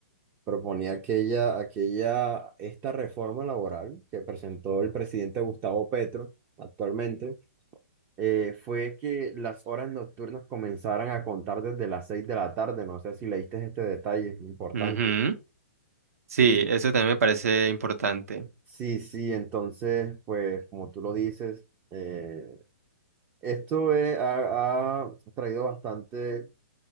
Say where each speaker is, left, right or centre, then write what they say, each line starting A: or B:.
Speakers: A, on the right; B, on the right.
A: proponía aquella, aquella, esta reforma laboral que presentó el presidente Gustavo Petro actualmente, eh, fue que las horas nocturnas comenzaran a contar desde las seis de la tarde, no sé si leíste este detalle, es importante.
B: Ujú. Sí,
A: Y
B: eso también me parece importante.
A: sí, sí, entonces, pues como tú lo dices, eh, esto eh, ha ha traído bastante